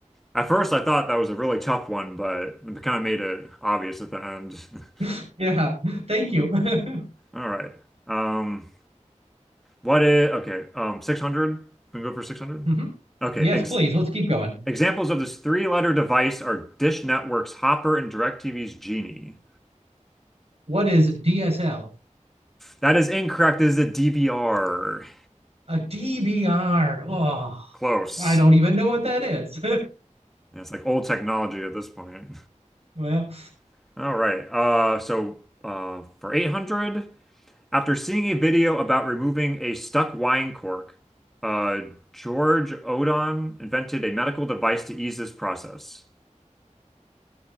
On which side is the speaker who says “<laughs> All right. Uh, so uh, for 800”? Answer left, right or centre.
Centre